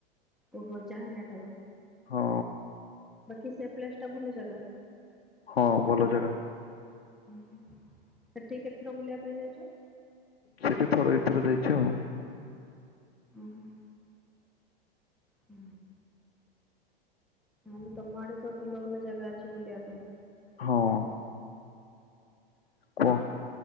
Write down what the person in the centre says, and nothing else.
ଓହୋ ଯାହାନିଆଠାରୁ
ବାକି ସେପ୍ଲେସଟା ଭଲ ଜାଗା?
ହୁଁ ହୁଁ ସେଠି କେତଥର ବୁଲିବା ପାଇଁ ଯାଇଚ?
ଓହୋ। ହୁଁ। ଆଉ ତମ ଆଡ଼େତ ଭଲ ଭଲ ଜାଗା ଅଛି ବୁଲିବା ପାଇଁ।